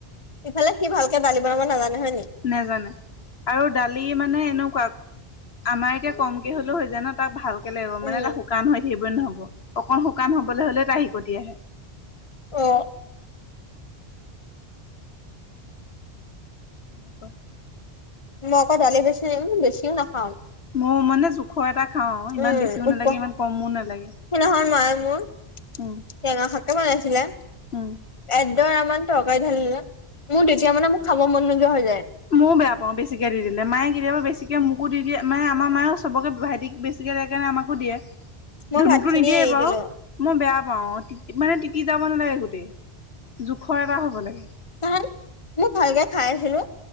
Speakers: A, on the left; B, on the left.
A: ইফালে সি ভালকে দালি বনাব নাজানে হয় নি।
B: নেজানে আৰু দালি মানে এনেকুৱা। আমাৰ এতিয়া কমকে হ'লেও হৈ যায় ন তাক ভাল। কে লাগিব মানে
A: উম
B: টা শুকান হৈ থাকিবই নহ'ব অকণ শুকান হবলে হলে তা শেকতি আহে।
A: অ।
B: তেনেকুৱা
A: মইক দালি বেছি, বেছিও নাখাওঁ।
B: মো মানে যো। খৰ এটা খাওঁ ইমান
A: উম
B: বেছিও
A: উপ
B: নালাগে ইমান কমো নালাগে
A: সিদিনাখন মায়ে মোৰ
B: উম।
A: টেঙা শাকে বনাইছিলে।
B: উম
A: একডৰা মান তৰকাৰী ঢালিলে মোৰ তেতিয়া মানে মো খাব মন নোযোৱা হৈ যায়।
B: ময়ও বেয়া পাওঁ বেছিকে দি দিলে মায়ে কেতিয়াবা বেছিকে মোকো দি দিয়ে আমাৰ মায়ে চবকে ভাইতিক বেছি। দিয়ে কাৰণে আমাকো দিয়ে
A: মই
B: ধনুকটো
A: ভাত খিনিয়ে
B: নিদিয়ে
A: এৰি
B: বাও।
A: দিলো
B: মই বেয়া পাওঁ তি মানে টিতি যাব নালাগে গোটেই জোখৰ এটা হ'ব লাগে।
A: <unintelligible> মোক ভালকে খাইছিলো